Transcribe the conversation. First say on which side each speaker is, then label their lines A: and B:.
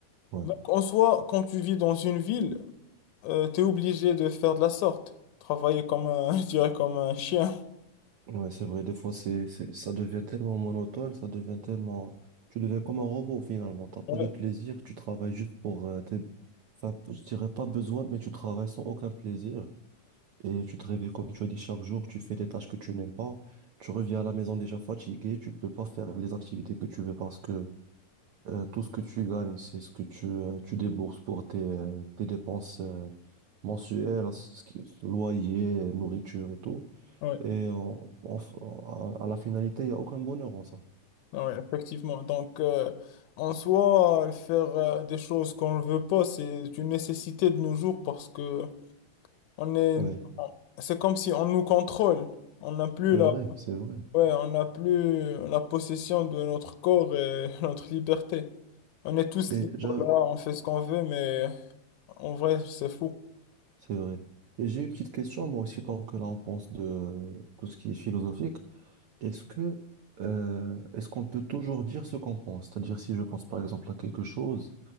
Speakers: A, on the right; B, on the left.
A: Ouais.
B: Donc, en soi, quand tu vis dans une ville, euh, t'es obligé de faire de la sorte, travailler comme un, <laughs> je dirais comme un chien.
A: Ouais, c'est vrai, des fois, c'est, c'est, ça devient tellement monotone, ça devient tellement... Tu deviens comme un robot, finalement. T'as pas
B: Ouais,
A: de plaisir, tu travailles juste pour euh, tes... Enfin, je dirais pas besoin, mais tu travailles sans aucun plaisir. Et tu te réveilles, comme tu as dit, chaque jour, tu fais des tâches que tu n'aimes pas. Tu reviens à la maison déjà fatigué, tu peux pas faire les activités que tu veux parce que euh, tout ce que tu gagnes, c'est ce que tu, euh, tu débourses pour tes, euh, tes dépenses euh, mensuelles, ce qui- loyer, nourriture et tout.
B: ouais,
A: Et en- en- en- à la finalité, il n'y a aucun bonheur en ça.
B: ouais, effectivement. Donc, euh, en soi, euh, faire euh, des choses qu'on ne veut pas, c'est une nécessité de nos jours parce que on est,
A: Ouais,
B: on- c'est comme si on nous contrôle. On n'a plus
A: c'est
B: la,
A: vrai, c'est vrai.
B: ouais, on n'a plus la possession de notre corps et <laughs> notre liberté. On est tous
A: Et
B: libres
A: j'a-
B: là, on fait ce qu'on veut, mais en vrai, c'est fou.
A: c'est vrai. Et j'ai une petite question, moi aussi, tant que là on pense de tout ce qui est philosophique, est-ce que euh, est-ce qu'on peut toujours dire ce qu'on pense? C'est-à-dire si je pense par exemple à quelque chose,